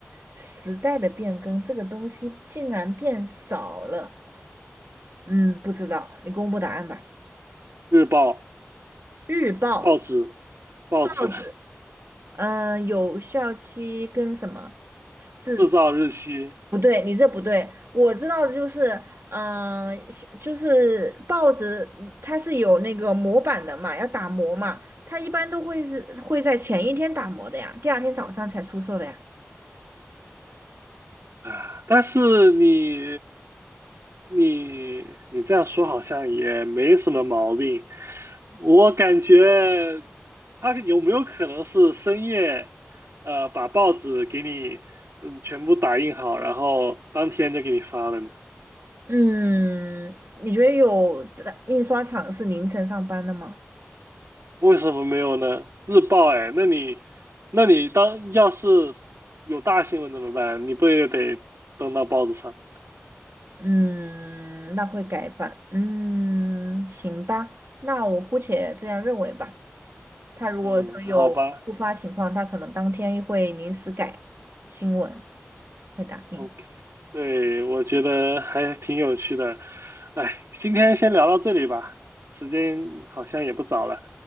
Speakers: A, on the right (about 75°); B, on the right (about 85°).
A: 时代的变更，这个东西竟然变少了。嗯，不知道，你公布答案吧。
B: 日报、
A: 日报、
B: 报纸、报纸
A: 报纸，
B: <laughs>
A: 嗯、有效期跟什么？是
B: 制造日期
A: 不对，你这不对。我知道的就是，嗯、就是报纸它是有那个模板的嘛，要打磨嘛，它一般都会是会在前一天打磨的呀，第二天早上才出售的呀。
B: 啊，但是你你你这样说好像也没什么毛病。我感觉他有没有可能是深夜，呃，把报纸给你嗯全部打印好，然后当天就给你发了呢？
A: 嗯，你觉得有的印刷厂是凌晨上班的吗？
B: 为什么没有呢？日报哎，那你那你当要是有大新闻怎么办？你不也得登到报纸上？
A: 嗯，那会改版。嗯，行吧，那我姑且这样认为吧。他如果说有突发情况，
B: 嗯，好吧
A: 他可能当天会临时改新闻，会打印。
B: ，OK，对，我觉得还挺有趣的。哎，今天先聊到这里吧，时间好像也不早了。